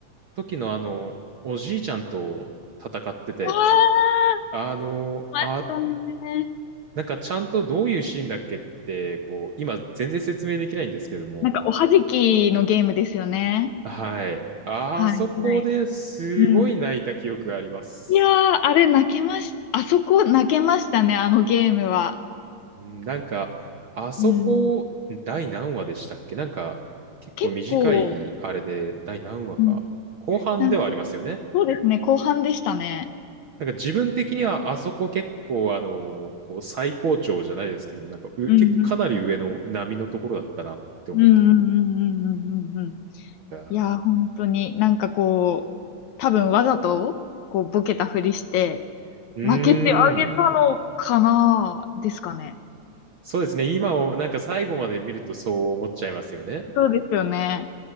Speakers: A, on the right; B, on the left.
A: 時のあの、おじいちゃんと戦ってたやつ。
B: ああ、あ
A: あの、
B: りましたね。
A: あ、なんかちゃんとどういうシーンだっけって、こう、今全然説明できないんですけども、
B: なんかおはじきのゲームですよね。
A: はい。あそこですごい泣いた記憶があります。
B: はい、はい。うん。いやー、あれ泣けまし、あそこ泣けましたね、あのゲームは。
A: うんなんか、あそこ、
B: うん。
A: 第何話でしたっけなんか、結構短いあれで、
B: 結構、
A: 第何話か。
B: うん。
A: 後半ではありますよね。
B: なんかそうですね、後半でしたね。
A: なんか自分的にはあそこ結構あの、こう最高潮じゃないですけども、なんかう、
B: うんうん
A: けかなり上の波のところだったなって思ってて。
B: うんうんうんうんうんうんうん。
A: いやー
B: いやー、本当になんかこう、多分わざと、こう、ボケたふりして、
A: うーん。
B: 負けてあげたのかなですかね。
A: そうですね。今を、なんか最後まで見るとそう思っちゃいますよね。
B: そうですよね。